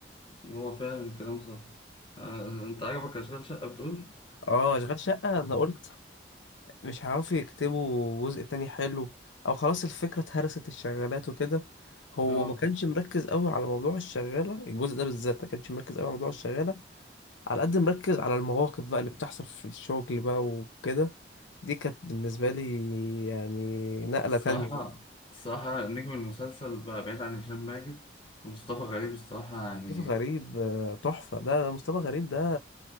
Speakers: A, on the left; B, on the left.
A: هو فعلا كلام صح آه، انت عجبك اشغال شقة بتقول
B: اه أشغال شقة أنا قلت مش هيعرفوا يكتبوا جزء تاني حلو أو خلاص الفكرة اتهرست الشغالات وكده هو
A: اه
B: ما كانش مركز قوي على موضوع الشغالة الجزء ده بالذات ما كانش مركز قوي على موضوع الشغالة على قد مركز على المواقف بقى اللي بتحصل في الشغل بقى وكده دي كانت بالنسبة لي يعني نقلة
A: الصراحة
B: تانية
A: الصراحة نجم المسلسل بقى بعيد عن هشام ماجد ومصطفى غريب الصراحة يعني
B: مصطفى غريب آه، تحفة ده ده مصطفى غريب ده